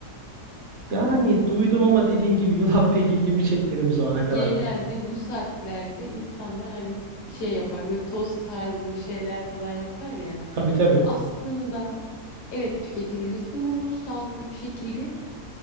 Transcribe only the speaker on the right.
Yani duydum ama dediğin gibi yulaf pek ilgimi çekmedi bu zamana kadar.
Tabii tabii.